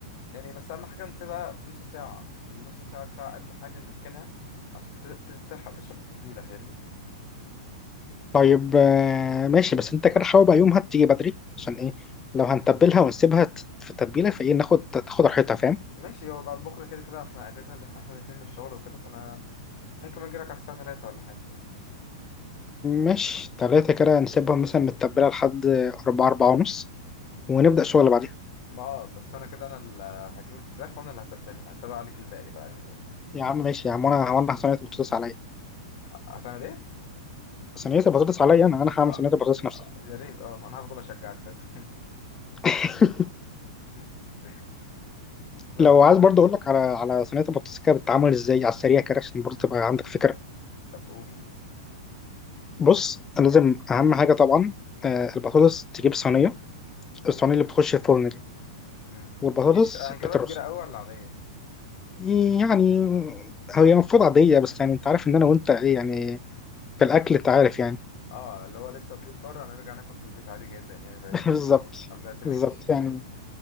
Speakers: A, on the left (about 45°); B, on the left (about 15°).
A: يعني بس أهم حاجة نسيبها نص ساعة يعني من نص ساعة لساعة أقل حاجة نركنها عشان ت- ت- تلحق تشرب التتبيلة فاهمني
B: طيب آه، ماشي بس انت كده حاول بقى يومها تيجي بدري عشان ايه لو هنتبلها ونسيبها ت- في التتبيلة فايه ناخد تاخد راحتها فاهم
A: ماشي هو بعد بكرة كده كده احنا أجازة اللي احنا الاتنين من الشغل وكده فأنا ممكن أجيلك على الساعة تلاتة ولا حاجة
B: ماشي تلاتة كده نسيبها مثلا متبلة لحد أربعة أربعة ونص ونبدأ شغل بعديها
A: ما اه بس أنا كده أنا اللي هجيب الفراخ وأنا اللي هتبلها أنت بقى عليك الباقي بقى يعني
B: يا عم ماشي يا عم وأنا وأنا صينية البطاطس عليا
A: ه- هتعمل إيه؟
B: صينية البطاطس عليا أنا أنا هعمل
A: آه.
B: صينية البطاطس نفسها
A: آه، يا ريت اه أنا هفضل أشجعك ساعتها
B: <laughs>
A: <laughs> بس
B: لو عايز برضه أقول لك على على صينية البطاطس كده بتتعمل إزاي على السريع كده عشان برضه تبقى عندك فكرة
A: طب قول
B: بص لازم أهم حاجة طبعا آه، البطاطس تجيب صينية الصينية اللي بتخش الفرن دي
A: مم.
B: والبطاطس
A: كبيرة
B: بترص
A: هنجيبها كبيرة أوي ولا عادية؟
B: يعني هي المفروض عادية بس يعني انت عارف ان انا وانت ايه يعني في الاكل انت عارف يعني
A: اه اللي هو لسه واكلين بره هنرجع ناكل في البيت عادي جدا يعني فاهمني
B: <laughs> بالظبط
A: ما بنعتمدش
B: بالظط يعني